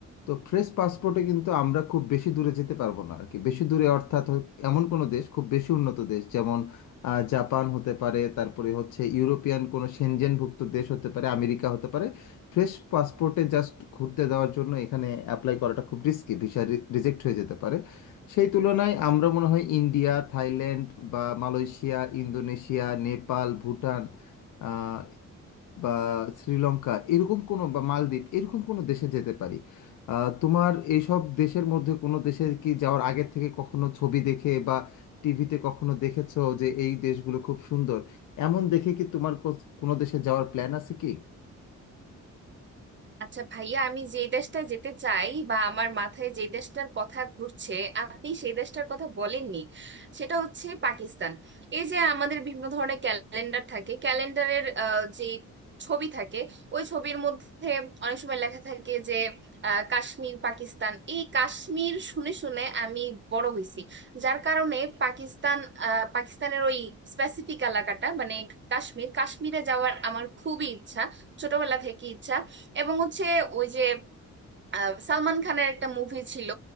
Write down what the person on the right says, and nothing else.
আচ্ছা ভাইয়া আমি যে দেশটা যেতে চাই বা আমার মাথায় যে দেশটার কথা ঘুরছে আপনি সেই দেশটার কথা বলেননি সেটা হচ্ছে পাকিস্তান এই যে আমাদের বিভিন্ন ধরনের ক্যালেন্ডার থাকে ক্যালেন্ডারের যে ছবি থাকে ওই ছবির মধ্যে অনেক সময় লেখা থাকে যে আহ, কাশ্মীর পাকিস্তান এই কাশ্মীর শুনে শুনে আমি বড় হয়েছি যার কারণে পাকিস্তান আহ, পাকিস্তানের ওই স্পেসিফিক এলাকাটা মানে কাশ্মীর কাশ্মীরে যাওয়ার আমার খুবই ইচ্ছা ছোটবেলা থেকে ইচ্ছা এবং হচ্ছে ওই যে আহ, সালমান খানের একটা মুভি ছিল